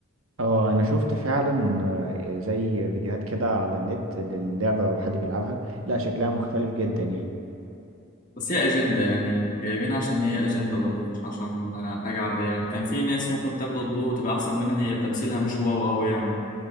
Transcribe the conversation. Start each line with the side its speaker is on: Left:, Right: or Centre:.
Right: اه انا شفت فعلا آه، زي فيديوهات كده على النت للعبه وحد بيلعبها لا شكلها مختلف جدا يعني
Left: بس هي أجندة يعني جايبينها عشان هي أجندة برضو مش عشان حاجة عادية يعني كان في ناس ممكن تاخد الدور وتبقى أحسن منها هي تمثيلها مش واو أوي يعني